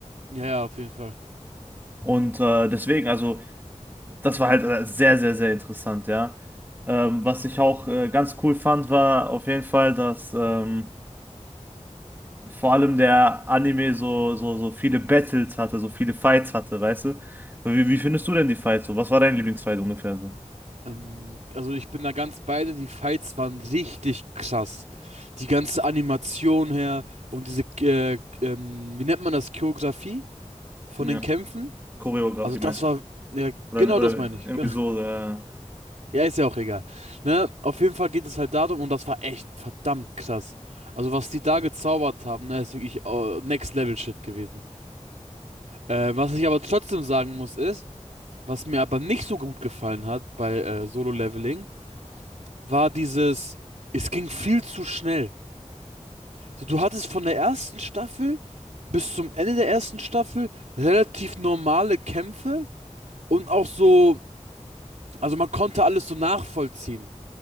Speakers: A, on the right (about 75°); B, on the right (about 15°).
A: Ja, ja, auf jeden Fall.
B: Und äh, deswegen, also das war halt äh, sehr, sehr, sehr interessant, ja. Ähm, was ich auch äh, ganz cool fand, war auf jeden Fall, dass ähm, vor allem der Anime so, so, so viele Battles hatte, so viele Fights hatte, weißt du? Wie, wie findest du denn die Fights so? Was war dein Lieblingsfight ungefähr so?
A: Ähm, also ich bin da ganz beide, die Fights waren richtig krass. Die ganze Animation her und diese, äh, ähm, wie nennt man das, Choreografie von
B: Ja,
A: den Kämpfen?
B: Choreografie
A: Also das
B: meinst
A: war,
B: du?
A: ja,
B: Oder,
A: genau
B: oder
A: das meine ich.
B: irgendwie
A: <laughs>
B: so, äh,
A: Ja, ist ja auch egal. Ne? Auf jeden Fall geht es halt darum, und das war echt verdammt krass. Also, was die da gezaubert haben, ne, ist wirklich äh, Next Level Shit gewesen. Äh, was ich aber trotzdem sagen muss, ist, was mir aber nicht so gut gefallen hat bei äh, Solo Leveling, war dieses, es ging viel zu schnell. So, du hattest von der ersten Staffel bis zum Ende der ersten Staffel relativ normale Kämpfe und auch so, also man konnte alles so nachvollziehen.